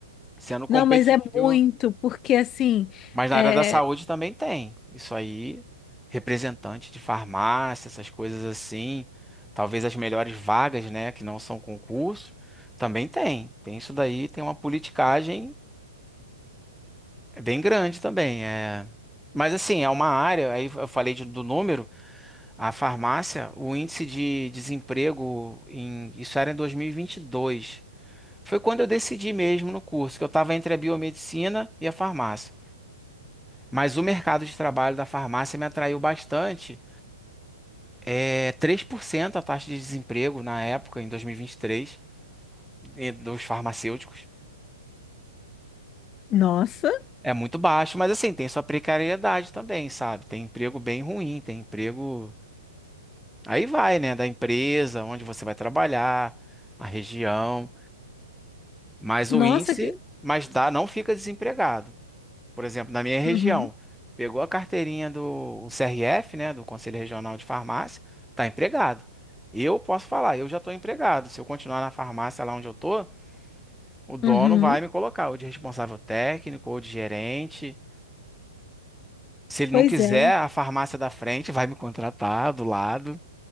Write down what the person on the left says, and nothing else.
Não, mas é muito, porque assim.
É...
Nossa,
nossa.
que-
Uhum,
uhum,
pois
é.